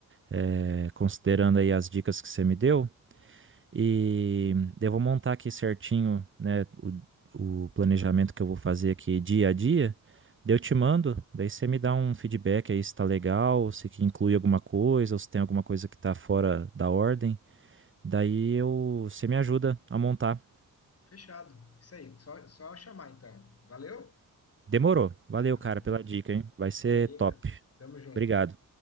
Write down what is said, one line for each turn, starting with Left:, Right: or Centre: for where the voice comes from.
Right: eh, considerando aí as dicas que você me deu. E eu vou montar aqui certinho, né, o, o planejamento que eu vou fazer aqui dia a dia. Daí eu te mando, daí você me dá um feedback aí se tá legal, se que inclui alguma coisa, ou se tem alguma coisa que tá fora da ordem. Daí eu, você me ajuda a montar.
Left: Fechado. Isso aí, só, só chamar então. Valeu?
Right: Demorou. Valeu,
Left: Valeu.
Right: cara, pela dica, hein? Vai ser
Left: Imagina.
Right: top.
Left: Tamo junto.
Right: Obrigado.